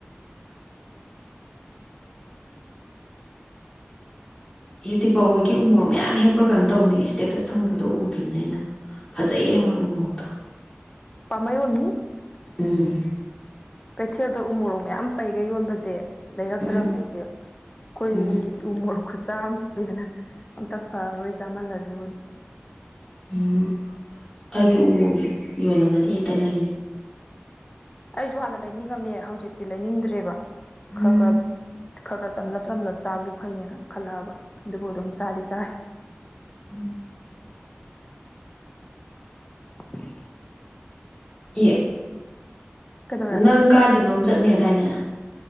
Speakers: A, in the centre; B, on the left (about 25°).
A: ꯑꯦꯗꯤꯄꯛ ꯍꯣꯏꯒꯤ ꯎꯣꯔꯣꯛ ꯃꯌꯥꯝ ꯍꯦꯛꯄ꯭ꯔꯥ ꯀꯩꯅꯝ ꯇꯧꯅꯤ ꯏꯁꯇꯦꯇꯁ ꯊꯪꯗꯕꯗ ꯎꯈꯤꯕꯅꯦ ꯑꯩꯅ ꯐꯖꯩꯌꯦ ꯃꯣꯏ ꯎꯃꯣꯔꯣꯛꯇꯣ
B: ꯄꯥꯃꯛꯏ ꯑꯣꯏꯔꯝꯅꯤ
A: ꯎꯝ
B: ꯀꯩꯊꯦꯜꯗ ꯎ ꯃꯣꯔꯣꯛ ꯃꯌꯥꯝ ꯄꯩꯒ ꯌꯣꯟꯕꯁꯦ ꯂꯩꯔꯛꯇ꯭ꯔꯕꯅꯦ
A: ꯎꯝ
B: ꯑꯩꯁꯦ ꯑꯩꯈꯣꯏ
A: ꯎꯝ
B: ꯏꯃꯨꯡꯒꯤꯗꯤ ꯎ ꯃꯣꯔꯣꯛ ꯈꯨꯠꯁ ꯑ ꯍꯦꯟꯅ ꯑꯝꯇ ꯐꯔꯔꯣꯏ ꯆꯥꯝꯃꯜꯂꯁꯨꯅ
A: ꯎꯝ ꯑꯖꯤ ꯎꯃ ꯌꯣꯜꯂꯃꯗꯤ ꯌꯦꯛꯇ ꯂꯩ
B: ꯑꯩꯁꯨ ꯍꯥꯟꯅ ꯂꯩꯅꯤꯡꯉꯝꯃꯦ ꯍꯧꯖꯤꯛꯇꯤ ꯂꯩꯅꯤꯡꯗ꯭ꯔꯦꯕ
A: ꯎꯝ
B: ꯈꯔ ꯈꯔ ꯆꯝꯂꯛ ꯆꯝꯂꯥꯛ ꯆꯥꯕꯁꯨ ꯐꯩꯌꯦꯅ ꯈꯜꯂꯛꯑꯕ ꯑꯗꯨꯕꯨ ꯑꯗꯨꯝ ꯆꯥꯗꯤ ꯆꯥꯏ
A: <inaudible>
B: <inaudible>
A: ꯌꯦꯠ
B: ꯀꯩꯗꯧꯔꯦ
A: ꯅꯪ ꯀꯥꯏꯗꯅꯣꯝ ꯆꯠꯅꯤ ꯗꯥꯏꯅꯦ